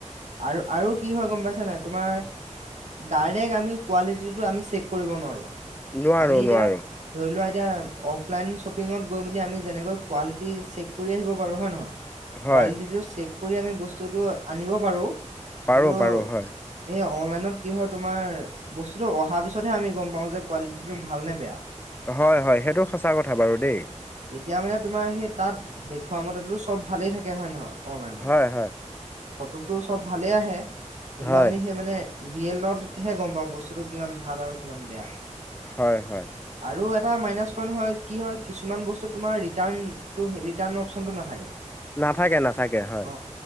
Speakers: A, on the right (about 65°); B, on the left (about 15°).
A: আৰু, আৰু, কি হয় গম পাইছ নাই তোমাৰ ডাইৰেক্ট আমি কোৱালিটিটো আমি চেক কৰিব নোৱাৰো।
B: নোৱাৰো,
A: আমি এতিয়া
B: নোৱাৰো।
A: ধৰি লোৱা এতিয়া অফলাইন শ্বপিঙত গৈ মেলি আমি যেনেকৈ কোৱালিটি চেক কৰি আহিব পাৰো হয় নে নহয়
B: হয়
A: কোৱালিটিটো চেক কৰি আমি বস্তুটো আনিব পাৰো
B: পাৰো
A: কিন্তু
B: পাৰো হয়
A: এই অনলাইন ত কি হয় তোমাৰ বস্তুতটো অহাৰ পিছতহে আমি গম পাও যে কোৱালিটিটো ভাল নে বেয়া।
B: হয়, হয়, সেইটো সঁচা কথা বাৰু দেই।
A: তেতিয়া মানে তোমাৰ সেই তাত দেখুৱা মতেতো চব ভালেই থাকে হয় নে নহয়। অনলাইনত
B: হয়, হয়।
A: ফটোটো চব ভালেই আহে, কিন্তু
B: হয়
A: আমি সেই মানে ৰিয়েলত হে গম পাওঁ বস্তুটো কিমান ভাল আৰু কিমান বেয়া।
B: হয়, হয়।
A: আৰু এটা মাইনাছ পইন্ট হয় কি হয় কিছুমান বস্তুত তোমাৰ ৰিটাৰ্ণ অপচনটো নাথাকে।
B: নাথাকে, নাথাকে, হয়।
A: অ